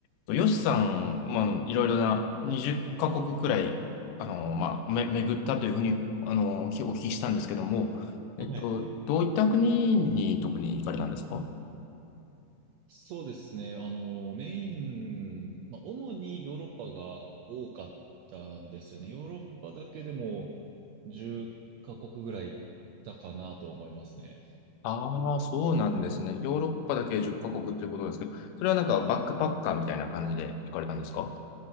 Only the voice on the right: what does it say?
はい。
そうですね。あの、メイン、まあ、主にヨーロッパが多かったんですよね。ヨーロッパだけでも10カ国ぐらい行ったかなと思いますね。